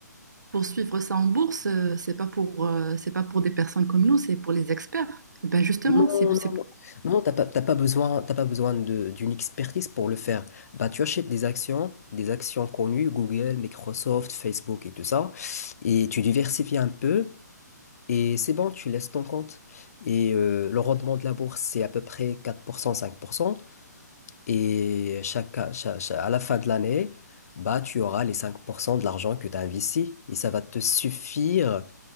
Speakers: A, on the right (about 75°); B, on the left (about 55°).
A: poursuivre ça en bourse, euh, c'est pas pour, euh, c'est pas pour des personnes comme nous, c'est pour les experts. Et ben justement,
B: Non,
A: c'est,
B: non,
A: c'est
B: non, Non, t'as pas, t'as pas besoin, t'as pas besoin de- d'une expertise pour le faire. Bah, tu achètes des actions, des actions connues, Google, Microsoft, Facebook et tout ça, et tu diversifies un peu, et c'est bon, tu laisses ton compte. Et euh, le rendement de la bourse, c'est à peu près quatre pour cent, cinq pour cent. Et chaque, cha- cha- à la fin de l'année, bah, tu auras les 5% de l'argent que tu as investi. Et ça va te suffire